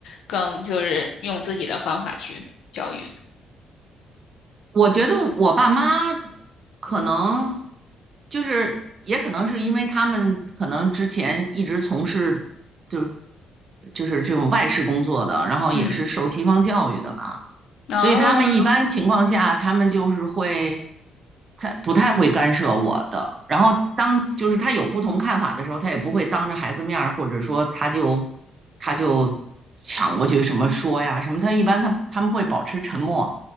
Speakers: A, on the left (about 75°); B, on the right (about 45°).
A: 更就是用自己的方法去教育。
B: 我觉得我爸妈可能就是，也可能是因为他们可能之前一直从事就是就是这种外事工作的，然后也是受西方教育的吧，
A: 嗯，哦
B: 所以他们一般情况下，他们就是会他不太会干涉我的。然后当就是他有不同看法的时候，他也不会当着孩子面儿，或者说他就他就抢过去什么说呀什么，他一般他他们会保持沉默。